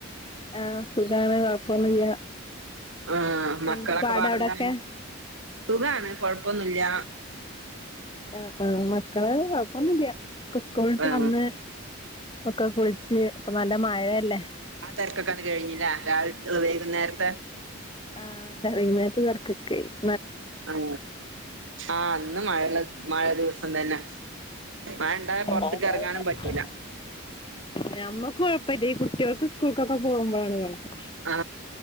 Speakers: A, on the left (about 25°); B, on the right (about 65°).
A: ആ സുഖാണ് കൊഴപ്പൊന്നുല്യ
B: ആ മക്കളൊക്കെ
A: എന്താ പാട്
B: പാടെന്താ
A: അവിടൊക്കെ
B: സുഖാണ് കൊഴപ്പൊന്നുല്യ
A: ആ ആ മക്കൾ കൊഴപ്പൊന്നുല്ല ഒക്കെ സ്കൂളിട്ട്
B: ആ
A: വന്ന്. ഒക്കെ കുളിച്ച് ഇപ്പംനല്ല മഴയല്ലേ
B: ആ തിരക്കൊകണ്ട് കഴിഞ്ഞുലെ വൈകുന്നേരത്തെ
A: ആ <unintelligible>
B: ആ ആ ഇന്ന് മഴ മഴ ദിവസം തന്നെ മഴ ഉണ്ടായ
A: ആ
B: പുറത്തേക്ക് ഇറങ്ങാനും
A: <inaudible>
B: പറ്റൂല
A: ഞമ്മക്ക് കൊഴപ്പല്ല ഈ കുട്ടിയോൾക്ക് സ്കൂൾക്കൊക്കെ പോകുമ്പോണ് കൊഴപ്പം
B: ആ